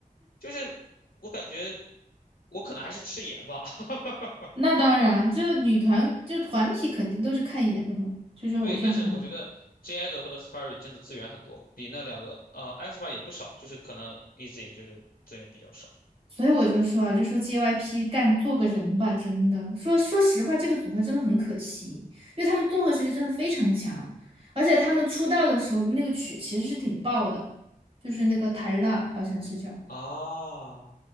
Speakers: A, on the left (about 75°); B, on the right (about 40°).
A: 就是我感觉我可能还是吃盐吧，<laughs>
B: 那当然，就是女团，就是团体肯定都是看颜的嘛，就这种偶像团体。
A: 对，但是我觉得 J i d o 和 La s f a r i 真的资源很多，比那两个啊 a s p a 也不少，就是可能 Easy 就是资源比较少
B: 所以我就说啊，我就说 JYP 干做个人吧，真的。说说实话，这个组合真的很可惜，因为他们综合实力真的非常强，而且他们出道的时候那个曲其实是挺爆的，就是那个《台辣》好像是叫
A: 啊。